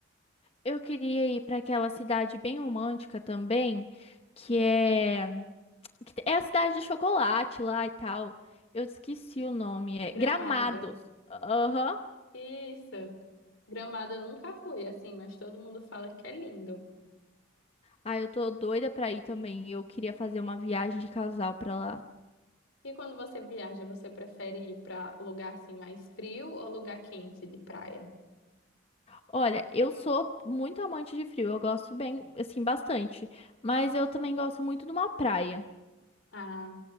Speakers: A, on the left; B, on the left.
A: Eu queria ir pra aquela cidade bem romântica também, que é que é a cidade do chocolate lá e tal. Eu esqueci o nome, é
B: Gramado.
A: Gramados. Aham.
B: Isso. Gramado eu nunca fui, assim, mas todo mundo fala que é lindo.
A: Ah, eu tô doida pra ir também. Eu queria fazer uma viagem de casal pra lá.
B: E quando você viaja, você prefere ir para lugar assim mais frio ou lugar quente de praia?
A: Olha, eu sou muito amante de frio. Eu gosto bem, assim, bastante. Mas eu também gosto muito de uma praia.
B: Ah,